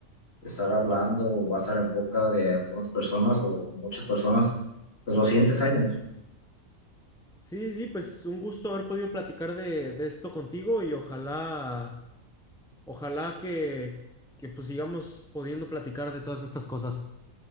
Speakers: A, on the left (about 50°); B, in the centre.
A: estar hablando, o va a estar en boca de algunas personas o muchas personas, pues los siguientes años.
B: Sí, sí, sí, pues un gusto haber podido platicar de, de esto contigo y ojalá, ojalá que, que pues sigamos pudiendo platicar de todas estas cosas.